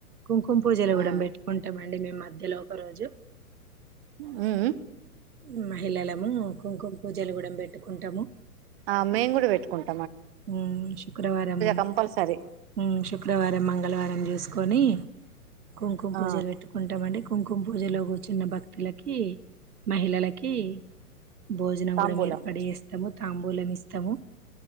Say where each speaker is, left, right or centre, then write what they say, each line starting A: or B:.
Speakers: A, on the right (about 75°); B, on the right (about 40°).
A: కుంకుమ పూజలు
B: ఆ
A: కూడా పెట్టుకుంటామండి మే మధ్యలో ఒక రోజు
B: ముఉమ్
A: ఉమ్ పిల్లలం కుంకుమ పూజలు కూడా పెట్డుకుంటాము
B: ఆ మేమ్ కూడా పెట్టుకుంటు
A: ఉమ్ శుక్రవారం
B: కంపల్సరీ
A: ఉమ్ శుక్రవారం మంగళవారం చూసుకొని కుంకుమ పూజలు
B: ఆ
A: పెట్టుకుంటామండి కుంకుమ పూజలో కూర్చున్న భక్తులకి మహిళలకి భోజనం
B: తాంబూలం
A: కూడా ఏర్పాటు చేస్తాము తాంబూలం ఇస్తాము